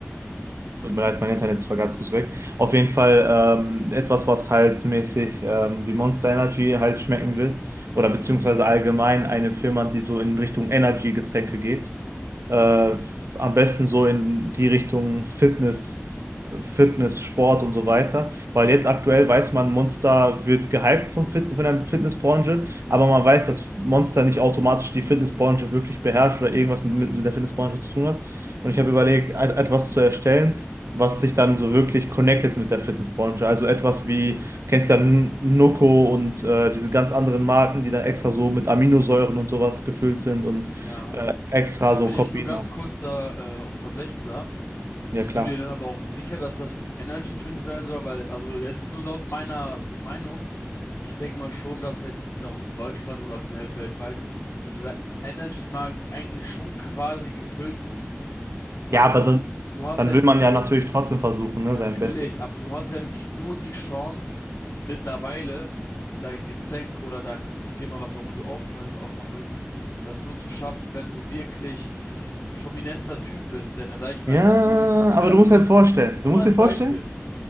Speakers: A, on the right; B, on the left.
A: Tut mir leid, mein Internet war ganz kurz weg. Auf jeden Fall ähm, etwas, was halt mäßig ähm, wie Monster Energy halt schmecken wird. Oder beziehungsweise allgemein eine Firma, die so in Richtung Energy-Getränke geht. Äh, f- am besten so in die Richtung Fitness, Fitness, Sport und so weiter. Weil jetzt aktuell weiß man, Monster wird gehypt vom Fit von der Fitnessbranche, aber man weiß, dass Monster nicht automatisch die Fitnessbranche wirklich beherrscht oder irgendwas mit, mit der Fitnessbranche zu tun hat. Und ich habe überlegt, et- etwas zu erstellen was sich dann so wirklich connected mit der Fitnessbranche. Also etwas wie, kennst ja N- Nocco und äh, diese ganz anderen Marken, die dann extra so mit Aminosäuren und sowas gefüllt sind und
B: Ja,
A: extra
B: äh,
A: so
B: wenn
A: Koffein
B: ich nur ganz
A: haben.
B: kurz da äh, unterbrechen darf,
A: Ja,
B: bist
A: klar.
B: du dir dann aber auch sicher, dass das ein Energy Drink sein soll? Weil, also jetzt nur laut meiner Meinung, ich denke mal schon, dass jetzt auch in Deutschland oder generell weltweit so dieser Energy Markt eigentlich schon quasi gefüllt ist. Also
A: Ja, aber
B: du,
A: dann,
B: du hast
A: dann
B: ja
A: will
B: wirklich
A: man
B: nur
A: ja natürlich trotzdem versuchen, ne,
B: Natürlich,
A: sein Bestes.
B: aber du hast ja wirklich nur die Chance, mittlerweile dein Getränk oder deine Firma, was auch immer du aufmö aufmachen möchtest, das nur zu schaffen, wenn du wirklich ein prominenter Typ bist, der eine Reichweite
A: Ja,
B: hat. Stell-
A: aber du
B: Also,
A: musst dir jetzt vorstellen.
B: nur
A: Du musst
B: als
A: dir vorstellen?
B: Beispiel,